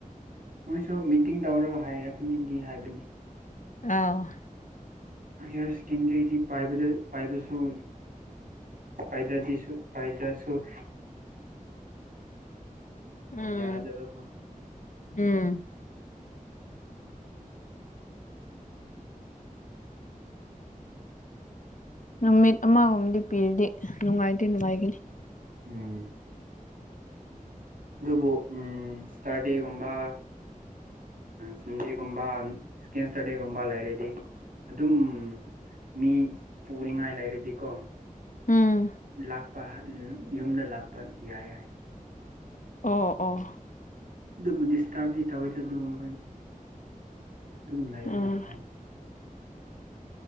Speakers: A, on the right (about 80°); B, on the left (about 60°).
A: ꯃꯣꯏꯁꯨ ꯃꯤꯇꯤꯡ ꯇꯧꯔꯒ ꯍꯥꯏꯔꯛꯀꯅꯤꯗꯤ ꯍꯥꯏꯕꯅꯤ
B: ꯑ
A: ꯍꯌꯔ ꯁꯦꯀꯦꯟꯗꯔꯤꯗꯤ ꯄꯥꯏꯕꯁꯨ ꯄꯥꯏꯗ꯭ꯔꯗꯤꯁꯨ ꯑꯗꯨꯔꯁꯨ
B: ꯎꯝ
A: ꯌꯗꯥꯕꯀꯣ
B: ꯎꯝ <inaudible> ꯅꯨꯃꯤꯠ ꯑꯃꯒꯣꯝꯗꯤ ꯄꯤꯔꯗꯤ ꯅꯨꯡꯉꯥꯏꯇꯦ ꯅꯨꯡꯉꯥꯏꯅꯤ
A: ꯎꯝ ꯑꯗꯨꯕꯨ ꯎꯝ ꯏꯁꯇꯥꯔꯗꯤꯒꯨꯝꯕ ꯁꯟꯗꯦꯒꯨꯝꯕ ꯏꯁꯀꯦꯟ ꯏꯁꯇꯔꯗꯦꯒꯨꯝꯕ ꯂꯩꯔꯗꯤ ꯑꯗꯨꯝ ꯃꯤ ꯎꯅꯤꯡꯉꯥꯏ ꯂꯩꯔꯗꯤꯀꯣ
B: ꯎꯝ
A: ꯂꯥꯛꯄ ꯌꯨꯝꯗ ꯂꯥꯛꯄ ꯌꯥꯏ ꯍꯥꯏ
B: ꯑꯣ ꯑꯣ
A: ꯑꯗꯨꯕꯨ ꯗꯤꯁꯇꯔꯕꯗꯤ ꯇꯧꯋꯤꯗ ꯑꯗꯨꯒꯨꯝꯕ ꯑꯗꯨꯝ ꯂꯩꯕꯅ
B: ꯎꯝ
A: ꯐꯩ